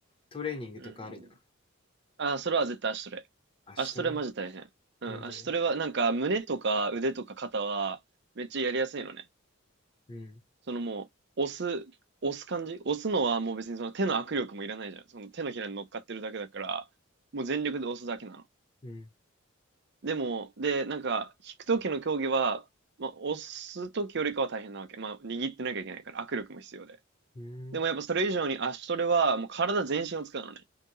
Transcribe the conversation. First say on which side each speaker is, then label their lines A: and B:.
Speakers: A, on the left; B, on the right.
A: トレーニングとかあるの
B: うん。ああ、それは絶対足トレ。
A: 足トレ
B: 足トレマジ大変。うん。
A: なんで
B: 足トレは、なんか、胸とか腕とか肩は、めっちゃやりやすいのね。
A: うん
B: そのもう、押す、押す感じ押すのはもう別にその手の握力もいらないじゃん。その手のひらに乗っかってるだけだから、もう全力で押すだけなの。
A: うん
B: でも、で、なんか、引く時の競技は、まあ、押す時よりかは大変なわけ。まあ、握ってなきゃいけないから、握力も必要で。
A: うん
B: でもやっぱそれ以上に足トレはもう体全身を使うのね。